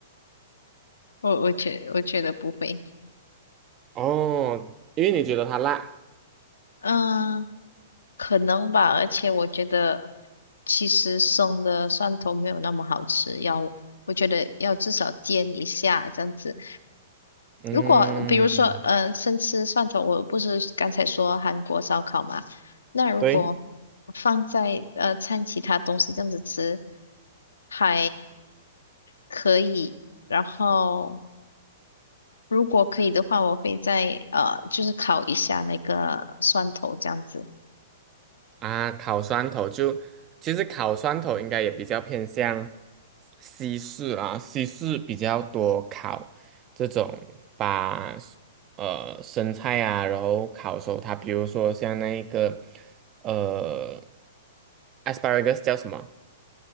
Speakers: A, on the left; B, on the right.
A: 我我觉我觉得不会。
B: 哦，因为你觉得它辣。
A: 嗯，可能吧，而且我觉得其实生的蒜头没有那么好吃，要我觉得要至少煎一下这样子。
B: 嗯，
A: 如果比如说，呃，生吃蒜头，我不是刚才说韩国烧烤嘛？那如果
B: 对。
A: 放在呃掺其他东西这样子吃还可以。然后如果可以的话，我会再呃就是烤一下那个蒜头这样子。
B: 啊，烤蒜头就其实烤蒜头应该也比较偏向西式啊，西式比较多烤这种把呃生菜啊，然后烤熟它，比如说像那一个呃 asparagus 叫什么？